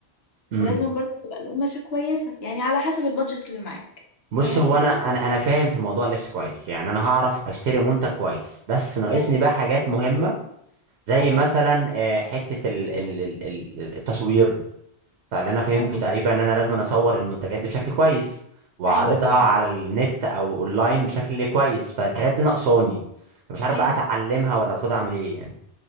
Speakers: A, on the right; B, on the left.
A: امم
B: ولازما برضو تبقى القماشة كويسة يعني على حسب البادجت اللي معاك
A: بص
B: فاهم
A: هو
B: قصدي؟
A: انا انا انا فاهم في موضوع اللبس كويس يعني انا هعرف اشتري منتج كويس بس ناقصني
B: يعني
A: بقى حاجات مهمه زي
B: خلاص
A: مثلا آه، حته ال- ال- ال- ال- التصوير فاللي انا فهمته
B: تمام
A: تقريبا ان انا لازم أنا اصور المنتجات دي بشكل كويس واعرضها
B: ايوه طبعا
A: على النت او اونلاين بشكل كويس فالحاجات دي ناقصاني مش عارف
B: ايوه
A: بقى اتعلمها
B: فعلا.
A: ولا المفروض اعمل ايه